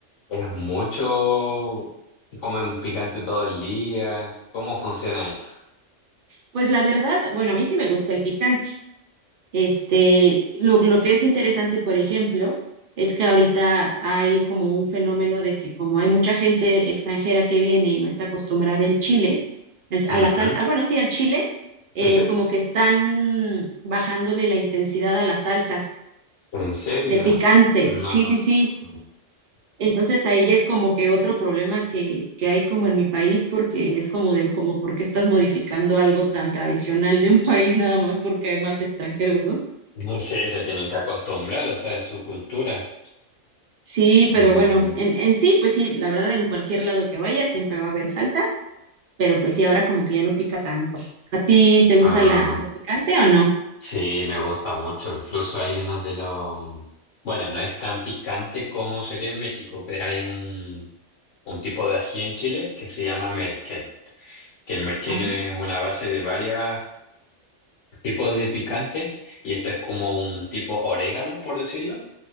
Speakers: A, on the left (about 75°); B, on the right (about 55°).
A: ¿Es mucho? ¿Comen picante todo el día? ¿Cómo funciona eso?
B: Pues la verdad, bueno, a mí sí me gusta el picante. Este, lo, lo que es interesante, por ejemplo, es que ahorita hay como un fenómeno de que como hay mucha gente extranjera que viene y no está acostumbrada al chile, al- a
A: Ujú.
B: la salsa, ah, bueno, sí, al chile, eh,
A: Sí, sí.
B: como que están bajándole la intensidad a las salsas
A: ¿En serio?
B: de picante.
A: No.
B: Sí, sí, sí. Entonces ahí ya es como que otro problema que, que hay como en mi país, porque es como de, como por qué estás modificando algo tan tradicional de un <laughs> país nada más porque hay más extranjeros, ¿no?
A: No sé, se tienen que acostumbrar, o sea, es su cultura.
B: Sí,
A: No.
B: pero bueno, en, en sí, pues sí, la verdad, en cualquier lado que vaya siempre va a haber salsa, pero pues sí, ahora como que ya no pica tanto. ¿A ti te gusta
A: Ah.
B: la, lo picante o no?
A: Sí, me gusta mucho. Incluso hay unos de los... Bueno, no es tan picante como sería en México, pero hay un, un tipo de ají en Chile que se llama merquén, que el merquén
B: Ah,
A: es una base de varios tipos de picante y esto es como un tipo orégano, por decirlo,